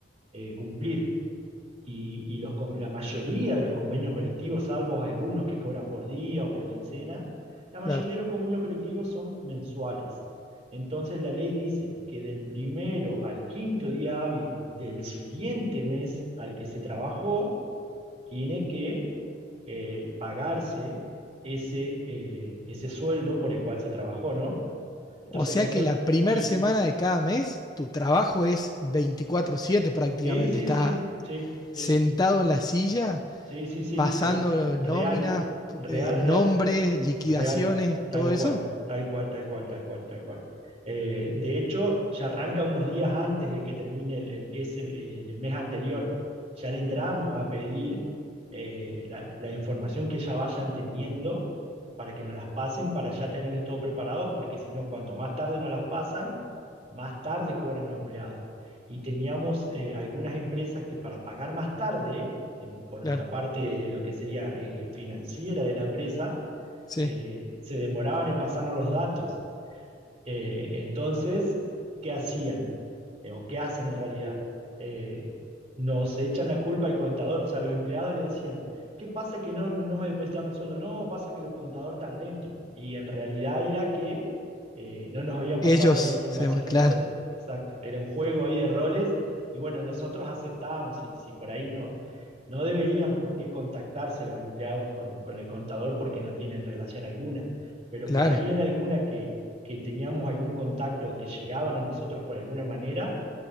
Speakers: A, on the right; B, on the left.
A: eh, cumplir. Y, y los con- la mayoría de los convenios colectivos, salvo algunos que cobran por día o por quincena, la
B: Claro.
A: mayoría de los convenios colectivos son mensuales. Entonces la ley dice que del primero al quinto día hábil del siguiente mes al que se trabajó, tiene que eh, pagarse ese, eh, ese sueldo por el cual se trabajó, ¿no? Entonces
B: O sea
A: nosotros,
B: que la primera
A: sí,
B: semana de cada mes, tu trabajo es veinticuatro siete prácticamente.
A: sí, sí,
B: Estás
A: sí, sí,
B: sentado
A: sí,
B: en la silla
A: sí, sí, sí,
B: pasando
A: eh,
B: nóminas,
A: real, real,
B: eh, nombres,
A: real.
B: liquidaciones,
A: Real, tal
B: todo eso.
A: cual, tal cual, tal cual, tal cual, tal cual. Eh, de hecho, ya arranca unos días antes de que termine el, el- ese, el- el mes anterior. Ya le entramos a pedir eh, la, la información que ya vayan teniendo para que nos las pasen, para ya tenerles todo preparado, porque si no, cuanto más tarde nos las pasan, más tarde cobran los empleados. Y teníamos eh, algunas empresas que para pagar más tarde, en- por
B: Claro,
A: la parte de lo que sería eh, financiera de la empresa,
B: sí.
A: eh, se demoraban en pasarnos los datos. Eh, entonces, ¿qué hacían? Eh, ¿O qué hacen en realidad? Eh, nos echan la culpa al contador, o sea, los empleados le decían, ¿qué pasa que no, no me depositaron el sueldo? No, pasa que los contador tan lento. Y en realidad era que eh, no nos habían pasado
B: Ellos,
A: la información
B: se llaman, claro,
A: a nosotros. Exacto, era un juego ahí de roles y bueno, nosotros aceptábamos y si por ahí no, no deberían por qué contactarse los empleados con, con el contador porque no tienen relación alguna, pero
B: claro,
A: por ahí en alguna que, que teníamos algún contacto que llegaban a nosotros por alguna manera,